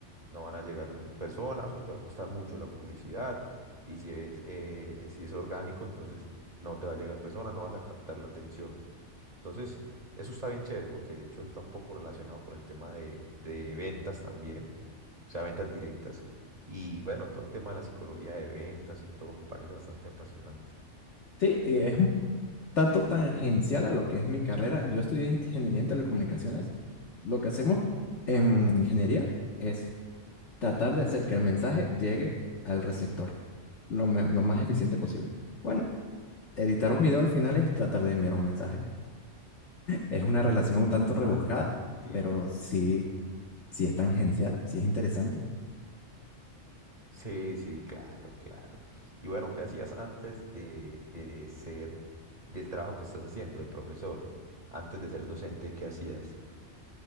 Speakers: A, on the right; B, on the left.
A: No van a llegar mm, personas o te va a costar mucho la publicidad. Y si es, eh, si es orgánico, entonces no te va a llegar personas, no vas a captar la atención. Entonces, eso está bien chévere, porque de hecho está un poco relacionado con el tema de de ventas también o sea, ventas directas. Y bueno, todo el tema de la psicología de ventas y todo me parece bastante apasionante.
B: Sí, y es un tanto tangencial a lo que es mi carrera. Yo estudié ingeniería en telecomunicaciones. Lo que hacemos en ingeniería es tratar de hacer que el mensaje llegue al receptor lo, me- lo más eficiente posible. Bueno, Editar un video al final es tratar de enviar un mensaje. Es una relación un tanto
A: Total.
B: rebuscada,
A: Sí.
B: pero sí, sí es tangencial, sí es interesante.
A: Sí, sí, claro, claro. Y bueno, ¿qué hacías antes de, de ser del trabajo que estás haciendo, de profesor? Antes de ser docente, ¿qué hacías?